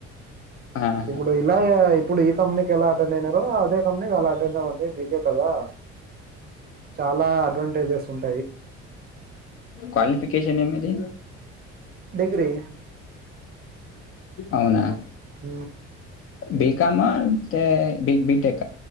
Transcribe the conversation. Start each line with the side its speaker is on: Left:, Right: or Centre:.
Left: ఆహాహాహా!
Right: ఇప్పుడు ఇలా ఇప్పుడు ఈ కంపెనీకి ఎలా అటెండ్ అయినారో అదే కంపెనీకి అలా అటెండ్ అవ్వండి మీ కదా చాలా అడ్వాంటేజెస్ ఉన్నా
Left: క్వాలిఫికషన్ ఏమిది
Right: డిగ్రీ
Left: అవునా
Right: హ
Left: బి కమల్ అంటే బి బిటెక్